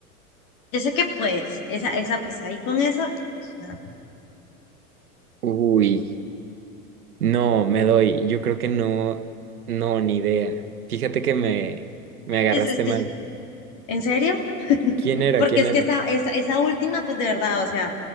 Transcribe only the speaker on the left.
Yo sé que pues, esa, esa, pues ahí con esa, pues, o sea,
es que, es,
que- ¿en serio?
Porque
es
que esa, esa, esa última, pues de verdad, o sea,